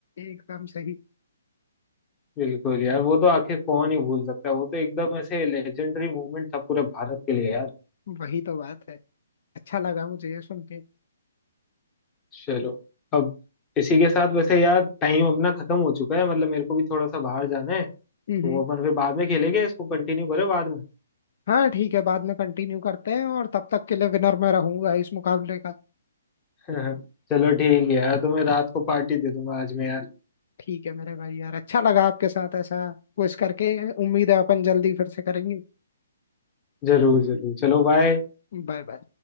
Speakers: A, on the left; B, on the left.
A: एकदम सही
B: बिल्कुल यार वो तो आखिर कौन ही भूल सकता है वो तो एकदम ऐसे लेजेंडरी मूवमेंट था पूरे भारत के लिए यार
A: वही तो बात है अच्छा लगा मुझे ये सुन के
B: चलो अब इसी के साथ वैसे यार टाइम अपना खत्म हो चुका है मतलब मेरे को भी थोड़ा सा बाहर जाना है
A: हम्म
B: तो
A: हम्म।
B: वो अपन फिर बाद में खेलेंगे इसको कंटिन्यू करें बाद में
A: हाँ ठीक है बाद में कंटिन्यू करते हैं और तब तक के लिए विनर मैं रहूंगा इस मुकाबले का
B: <laughs> चलो ठीक है यार तुम्हें रात को पार्टी दे दूंगा आज मैं यार
A: ठीक है मेरे भाई यार अच्छा लगा आपके साथ ऐसा कुछ करके उम्मीद है अपन जल्दी फिर से करेंगे
B: जरूर जरूर चलो बाय
A: Bye bye